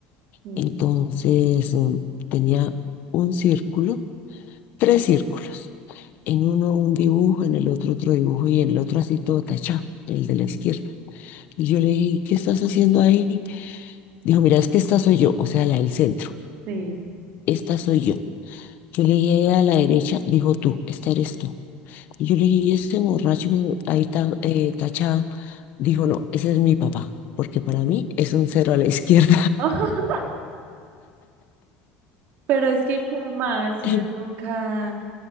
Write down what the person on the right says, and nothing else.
sí,
sí.
<laughs> Pero es que, ¿qué más? Si
él nunca...